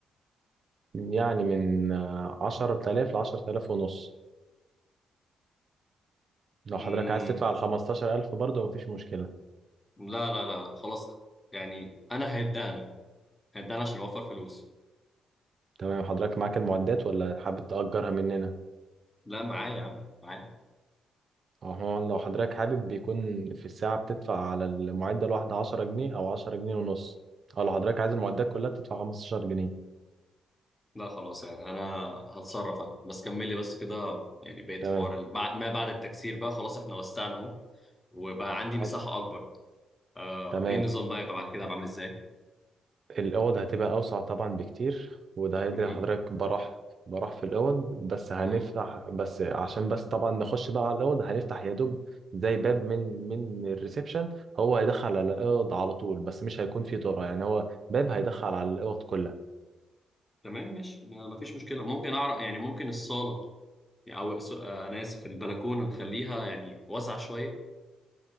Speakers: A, on the right; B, on the left.
A: يعني من آه، عشرة آلاف لعشرة آلاف ونص لو
B: مم.
A: حضرتك عايز تدفع الخمستاشر ألف برضه مفيش مشكلة
B: لا لا لا خلاص يعني انا هدانا هدانا عشان اوفر فلوس
A: تمام حضرتك معاك المعدات ولا حابب تأجرها مننا
B: لا معايا يا عم معايا
A: أو هو لو حضرتك حابب بيكون في الساعة بتدفع على المعدة الواحدة عشرة جنيه أو عشرة جنيه ونص أو لو حضرتك عايز المعدات كلها بتدفع خمستاشر جنيه
B: لا خلاص يعني انا هتصرف انا بس كملي بس كده يعني بقيت
A: تمام
B: حوار ال- بعد- ما بعد التكسير بقى خلاص احنا وسعنا اهو وبقى عندي
A: حاضر.
B: مساحة اكبر آه
A: تمام
B: ايه النظام بقى يبقى بعد كده بعمل ازاي
A: الأوض هتبقى أوسع طبعا بكتير وده هيدري
B: امم
A: حضرتك براح براح في الأوض بس هنفتح
B: امم
A: بس عشان بس طبعا نخش بقى على الأوض هنفتح يا دوب زي باب من من الريسبشن هو هيدخل على الأوض على طول بس مش هيكون فيه طرق يعني هو باب هيدخل على الأوض كلها
B: تمام ماشي ما ما فيش مشكلة ممكن اعرف يعني ممكن الصالة يعني او الس- آه، انا اسف البلكونة نخليها يعني واسعة شوية